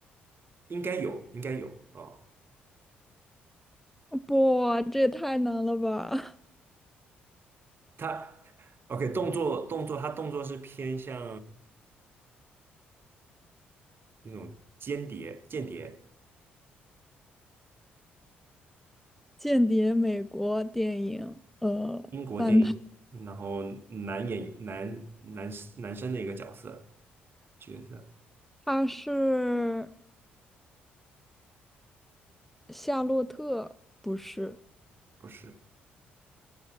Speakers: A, on the right (about 45°); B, in the centre.
A: 应该有，应该有啊。
B: 哇，这也太难了吧！<laughs>
A: 他 OK 动作动作，他动作是偏向那种间谍间谍
B: 间谍美国电影，呃，
A: 英国电影，
B: 翻拍，
A: 然后男演男男男生的一个角色角色，
B: 它是夏洛特，不是，
A: 不是